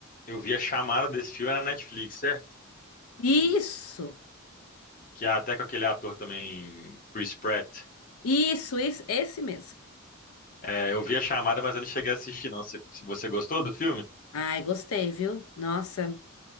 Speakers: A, on the left (about 40°); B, on the left (about 85°).
A: eu vi a chamada desse filme na Netflix, certo?
B: Isso!
A: Que é até com aquele ator também, Chris Pratt.
B: Isso, isso, esse mesmo.
A: É, eu vi a chamada, mas eu não cheguei a assistir, não. Você, você gostou do filme?
B: Ai, gostei, viu? Nossa,